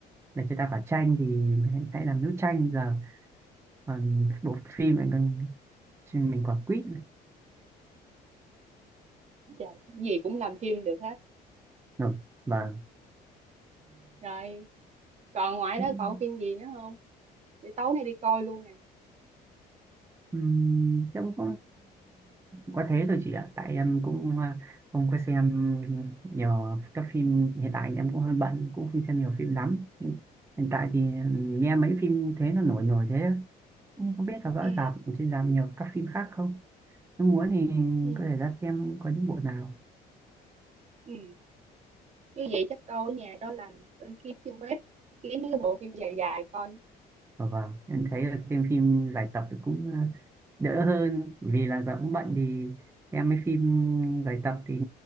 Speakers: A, on the right; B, on the right.
A: đời cho ta quả chanh thì hãy hãy làm nước chanh giờ còn bộ phim này còn mình quả quýt nữa.
B: giờ gì cũng làm phim được hết
A: rồi vâng
B: rồi còn ngoài
A: Ừm,
B: đó còn phim gì nữa không để tối nay đi coi luôn nè
A: Ừm, Chắc cũng có thế thôi chị ạ tại em cũng à, không có xem nhiều các phim hiện tại em cũng hơi bận cũng không xem nhiều phim lắm hiện tại thì nghe mấy phim thế nó nổi nổi thế cũng không biết là rõ
B: ừ
A: rạp trên rạp nhiều các phim khác không nếu muốn thì
B: ừ
A: có thể ra xem có những bộ nào
B: ừ như vậy chắc câu ở nhà cho lành lên kiếm trên web kiếm mấy cái bộ phim dài dài coi
A: Ờ, Vâng, em thấy là xem phim giải tập thì cũng ờ, đỡ hơn vì là giờ cũng bận thì xem mấy phim giải tập thì